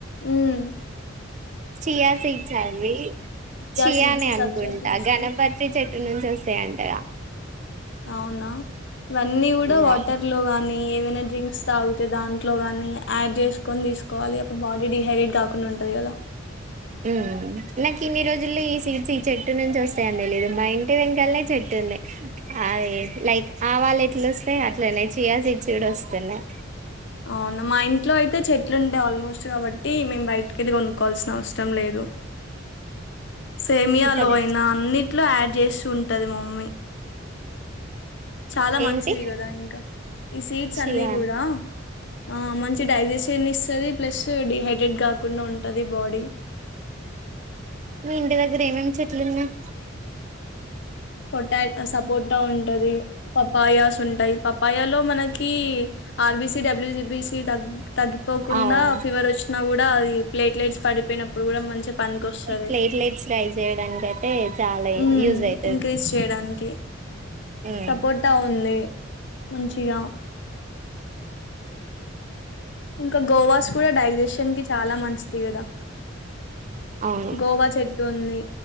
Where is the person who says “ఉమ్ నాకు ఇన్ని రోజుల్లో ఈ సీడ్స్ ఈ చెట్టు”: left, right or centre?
Right